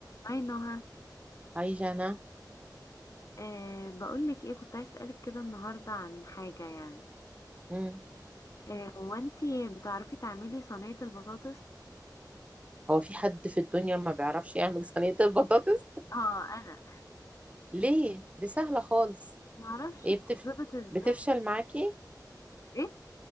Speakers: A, on the left (about 45°); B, on the right (about 15°).
A: هاي نهى
B: عايشة أنا
A: أه بقولك ايه كنت عايز اسألك كده النهاردة عن حاجة يعني
B: مم.
A: أه هو انتي بتعرفي تعملي صينية البطاطس؟
B: هو في حد في الدنيا ما بيعرفش يعمل صينية البطاطس
A: اه انا
B: ليه دي سهلة خالص
A: معرفش
B: ايه
A: بتتظبط
B: بتف...
A: ازاي
B: بتفشل معاكي
A: ايه